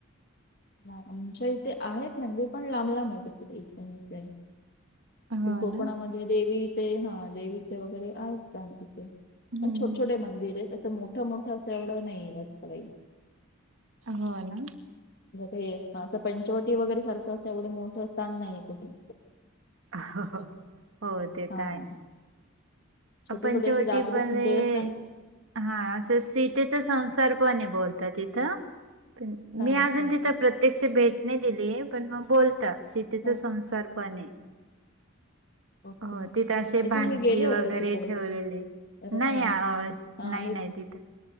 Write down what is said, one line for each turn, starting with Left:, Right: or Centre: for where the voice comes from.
Left: आमच्या इथे आहेत म्हणजे पण लांब लांब आहेत तिकडे. <unintelligible>
Right: हो
Left: कोकणामध्ये
Right: ना
Left: देवीचे हा देवीचे वगैरे आहेत चाग तिथे.
Right: हम्म
Left: पण छोटे छोटे मंदिरयत तसं मोठं मोठं असं एवढं नाही रस्तई
Right: हो ना.
Left: हे असं पंचवटी वगैरे सारखं असत एवढे मोठं स्थान नाहीये कुठे.
Right: हा हा हो ते
Left: हा
Right: तर आहे.
Left: छोटे
Right: पंचवटी
Left: छोटे असे जागृत
Right: पण ये
Left: देवस्थान
Right: हा असं सीट तिचं संसार पण बोलत तिथं
Left: हा
Right: मी
Left: अच्छा
Right: अजून तिथं प्रत्यक्ष भेट नाही दिली पण मग बोलता सीतेचा
Left: हा
Right: संसार पणय
Left: ओके
Right: हो तिथं असे
Left: आय
Right: भांडी
Left: थिंक मी गेले होते
Right: वगैरे
Left: तिकडे
Right: ठेवलेले.
Left: अ
Right: नाही
Left: हा
Right: आ
Left: हा
Right: नाही
Left: मी
Right: नाही तिथं